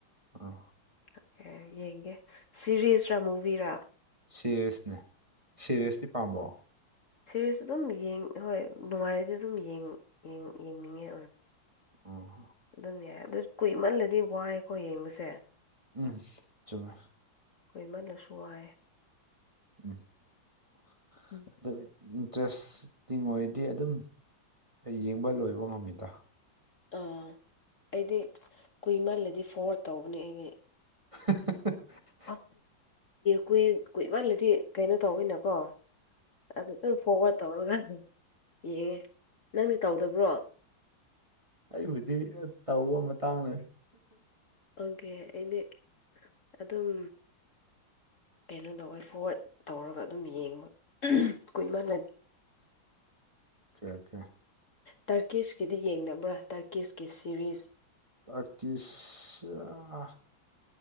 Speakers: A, on the right; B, on the left.
A: ꯑꯥ
B: ꯑꯣꯀꯦ ꯌꯦꯡꯒꯦ ꯁꯤꯔꯤꯁꯔꯥ ꯃꯨꯚꯤꯔꯥ
A: ꯁꯤꯔꯦꯁꯅꯦ ꯁꯤꯔꯦꯁꯇꯤ ꯄꯥꯝꯕꯣ
B: ꯁꯤꯦꯔꯤꯁ ꯑꯗꯨꯝ ꯍꯣꯏ ꯅꯨꯡꯉꯥꯏꯔꯗꯤ ꯑꯗꯨꯝ ꯌꯦꯡꯅꯤꯡꯉꯦ
A: ꯑ
B: ꯑꯗꯨꯝ ꯌꯥꯏ ꯑꯗꯨ ꯀꯨꯏꯃꯜꯂꯗꯤ ꯋꯥꯏꯀꯣ ꯌꯦꯡꯕꯁꯦ
A: ꯎꯝ ꯆꯨꯝꯃꯦ
B: ꯀꯨꯢꯃꯜꯂꯁꯨ ꯋꯥꯢꯌꯦ
A: ꯎꯝ <unintelligible>
B: ꯎꯝ
A: ꯑꯗꯨ ꯏꯟꯇꯔꯦꯁꯇꯤꯡ ꯑꯣꯏꯔꯗꯤ ꯑꯗꯨꯝ ꯌꯦꯡꯕ ꯂꯣꯏꯕ ꯉꯝꯃꯤꯗ
B: ꯑꯥ ꯑꯩꯗꯤ ꯀꯨꯏꯃꯜꯂꯗꯤ ꯐꯣꯔꯋꯥ꯭ꯔꯗ ꯇꯧꯕꯅꯦ ꯑꯩꯒꯤ
A: <unintelligible>
B: ꯑ ꯀꯨꯏ ꯀꯨꯏꯃꯜꯂꯗꯤ ꯀꯩꯅꯣ ꯇꯧꯋꯦꯅꯀꯣ ꯑꯗꯨ ꯑꯗꯨꯝ ꯐꯣꯔꯋꯥ꯭ꫪꯗ ꯇꯧꯔꯒ ꯌꯦꯡꯉꯦ ꯅꯪꯗꯤ ꯇꯧꯗꯕ꯭ꯔꯣ
A: ꯑꯩꯕꯨꯗꯤ ꯇꯧꯕ ꯃꯇꯥꯡꯅ
B: ꯑꯣꯒ‌ꯦ ꯑꯩꯗꯤ ꯑꯗꯨꯝ ꯀꯩꯅꯣ ꯇꯧꯋꯦ ꯐꯣꯔꯋꯥ꯭ꫪꯗ ꯇꯧꯔꯒ ꯑꯗꯨꯝ ꯌꯦꯡꯕ ꯀꯨꯏꯃꯜꯂ
A: ꯑꯣꯀꯦ ꯑꯣꯀꯦ
B: ꯇ꯭ꯔꯀꯤꯁꯀꯤꯗꯤ ꯌꯦꯡꯗꯕ꯭ꯔꯥ ꯇ꯭ꯔꯀꯤꯁꯀꯤ ꯁꯤꯔꯤꯁ
A: ꯇ꯭ꯔꯀꯤꯁ <unintelligible>